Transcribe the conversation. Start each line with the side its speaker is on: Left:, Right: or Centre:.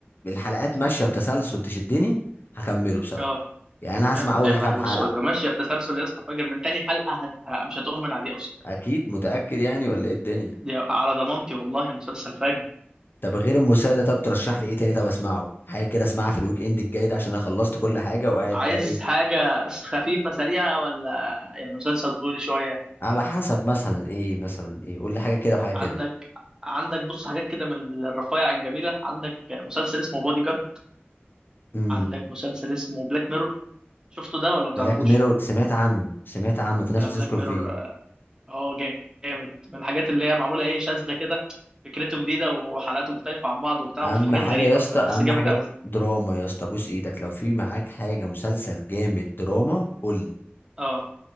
Left: الحلقات ماشيه بتسلسل تشدني هكمله بصراحه
Right: اه
Left: يعني انا هسمع
Right: يا ابني
Left: اول
Right: يا لهوي
Left: كام حلقه
Right: اسود ده ماشيه بتسلسل يا اسطى فاجر من تاني حلقه هت... ه- مش هتؤمن عليه اصلا
Left: اكيد متاكد يعني ولا ايه الدنيا
Right: دي على ضمانتي والله المسلسل فاجر
Left: طب غير الموسيقى ده طب ترشح لي ايه تاني طب اسمعه حاجه كده اسمعها في الويك اند الجاي ده عشان انا خلصت كل حاجه وقاعد
Right: عايز
Left: بقى ايه
Right: حاجه خفيفه سريعه ولا يعني مسلسل طويل شويه
Left: على حسب مثلا ايه مثلا ايه قول لي حاجه كده وحاجه كده
Right: عندك عندك بص حاجات كده من الرفايع الجميله عندك مسلسل اسمه بودي جارد
Left: امم
Right: عندك مسلسل اسمه بلاك ميرور شفته ده ولا متعرفوش
Left: بلاك ميرور سمعت عنه سمعت عنه في ناس
Right: بلاك
Left: بتشكر
Right: ميرور
Left: فيه
Right: اه جامد من الحاجات اللي هي معموله ايه شاذة كده فكرته جديده وحلقاته مختلفه عن بعض وبتاع
Left: اهم
Right: وفي حاجات
Left: حاجه
Right: غريبه
Left: يا اسطى
Right: فبس
Left: اهم
Right: جامد
Left: حاجه
Right: قوي
Left: دراما يا اسطى بوس ايدك لو في معاك حاجه مسلسل جامد دراما قول لي
Right: اه